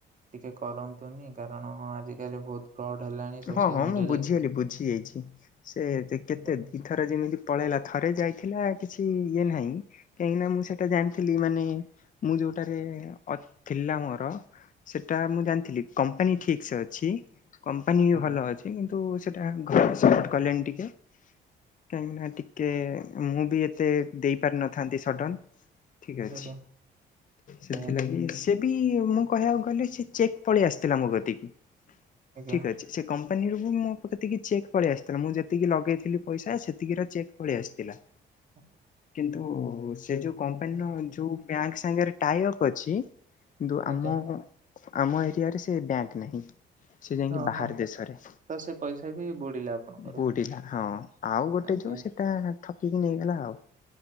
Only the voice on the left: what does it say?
ହଁ ହଁ
ମୁଁ ବୁଝିଗଲି
ବୁଝି ଯାଇଛି ସେ କେତେ
ଦିଇ ଥର ଯେମିତି ପଳେଇଲା ଥରେ ଯାଇଥିଲା କିଛି କି ଇଏ ନାହିଁ କାହିଁକିନା ମୁଁ ସେଟା ଜାଣିଥିଲି ମାନେ ମୁଁ ଯୋଉଟାରେ ଥିଲା ମୋର ସେଇଟା ମୁଁ ଜାଣିଥିଲି କମ୍ପାନୀ ଠିକ୍ ସେ ଅଛି ପନି ବି
ଭଲ ଅଛି କିନ୍ତୁ ସେଟା ଘରେ ସପୋର୍ଟ କଲେଣିି ଟିକେ କାହିଁକିନା କେ ମୁଁ ବି ଏତେ ଦେଇପାରିନଥାନ୍ତି ସଡ଼ନ। ଠିକ ଅଛି
ସେଥିଲାଗି
ସେ ବି ମୁଁ କହିବାକୁ ଗଲେ ସେ ଚେକ୍ ପଳେଇ ଆସିଥିଲା ମୋ କତିକି।
ଠିକ୍ ଅଛି ସେ କମ୍ କମ୍ପାନୀରୁ ମୋ କତିକି ଚେକ୍ ପଳେଇ ଆସିଥିଲା ମୁଁ ଯେତିକି ଲଗେଇଥିଲି ପଇସା ସେତିକି ଚେକ୍ ପଳେଇ ଆସିଥିଲା।
କିନ୍ତୁ ସେ ଯୋଉ କମ୍ପାନୀର ଯୋଉ ବ୍ୟାଙ୍କ ସାଙ୍ଗରେ ଟାଇ ଅପ ଅଛି କିନ୍ତୁ ଆମ
ଆମ ଏରିଆରେ ସେ ବ୍ୟାଙ୍କ ନାହିଁ ସେ ଯାଇକି
ବାହାର ଦେଶରେ।
ବୁଢିଲା ହଁ ଆଉ ଗୋଟେ
ଯୋଉ ସେଟା ଠକିକି ନେଇଗଲା ଆଉ।